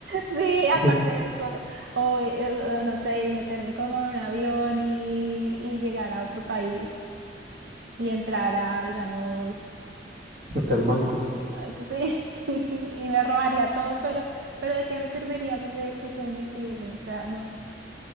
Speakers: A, on the right (about 65°); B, on the right (about 50°).
A: Sí, aparte
B: <laughs>
A: de eso, o, eh, o no sé, meterme como en un avión y, y llegar a otro país y entrar a, digamos,
B: al banco.
A: ah, sí, <laughs> y me robaría todo, pero, pero ¿de qué me serviría si, se si soy invisible? O sea, no,